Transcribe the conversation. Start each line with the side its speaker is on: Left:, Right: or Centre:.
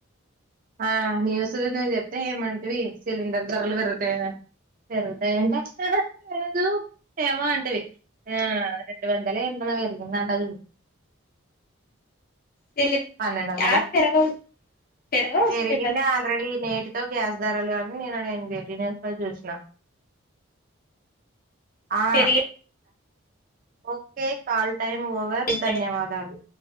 Right: ఆ న్యూస్ వినది చెప్తే ఏమంటవి సిలిండర్ ధరలు పెరుతాయి కదా పెరుగుతాయి అంటే ఆహా లేదు ఏమో అంటివి ఆ రెండ వందల్లో ఎంతో పెరిగిందట చూడు
Left: సిలిండర్
Right: పన్నెండవందల
Left: యా పెరగవు పెరగవు
Right: పెరుగిన్ది
Left: సిలిండర్
Right: ఆల్రెడీ నే టితో గ్యాస్ ధరలు అని నిన్న నేను వేటి న్యూస్ లో చూసిన ఆ
Left: పెరిగే
Right: ఓకే కల్ టైమ్ మూవోవర్
Left: ఉంటాయి
Right: ధన్యవాదాలు